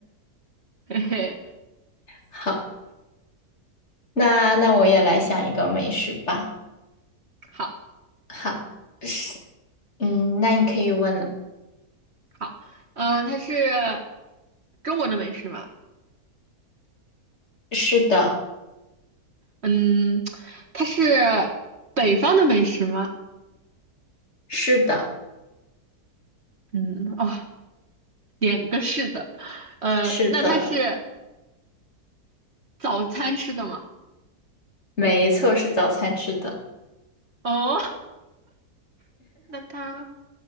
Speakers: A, on the right; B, on the left.
A: <laughs> 嘿嘿，
B: 好，那那我也来想一个美食吧。
A: 那好
B: 好，是，嗯，那你可以问了。
A: 好，嗯、它是中国的美食吗？
B: 是的，
A: 嗯，它是北方的美食吗？
B: 是的，
A: 嗯，哦，两个是的，呃，
B: 是的，
A: 那它是早餐吃的吗？
B: 没错，是早餐吃的，
A: 哦 <laughs>，那它